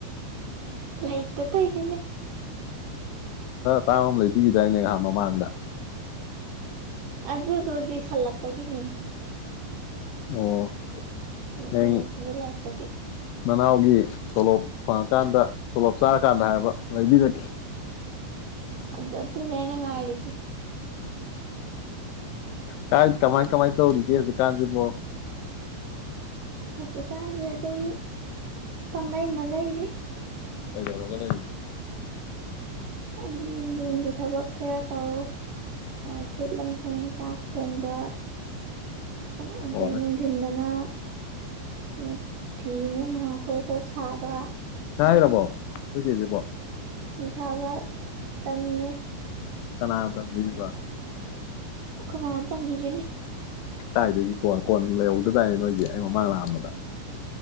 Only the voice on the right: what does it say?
ꯂꯩꯩꯇ ꯇꯧꯏꯅꯦꯅꯦ
ꯑꯗꯨꯗꯣ ꯂꯤꯁꯤꯜꯂꯛꯄꯒꯤꯅꯦ
ꯎꯝ
ꯀꯨꯏꯅ ꯁꯤꯖꯤꯟꯅꯔꯛꯄꯒꯤ
ꯑꯗꯨ ꯑꯗꯨꯅꯦ ꯑꯩꯅ ꯉꯥꯏꯔꯤꯁꯦ
ꯍꯧꯖꯤꯛ ꯀꯥꯟꯁꯤ ꯑꯗꯨꯝ ꯄꯪꯂꯩ ꯃꯔꯩꯔꯤ
<unintelligible> ꯌꯨꯝꯒꯤ ꯊꯕꯛ ꯈꯔ ꯇꯧ ꯋꯥꯏ ꯁꯤꯠ ꯂꯝꯁꯦꯡ ꯆꯥꯛ ꯊꯣꯡꯕ <unintelligible> ꯑꯇꯩ
ꯅꯨꯡꯊꯤꯟꯗꯅ ꯨ <unintelligible> ꯐꯤꯃꯨꯛ ꯉꯥꯛ ꯀꯣꯛ ꯀꯣꯛ ꯁꯥꯕ
ꯐꯤ ꯁꯥꯥꯕ ꯇꯝꯃꯤꯌꯦ
ꯑꯈꯣꯏ ꯃꯥꯅ ꯇꯝꯕꯤꯔꯤꯅꯤ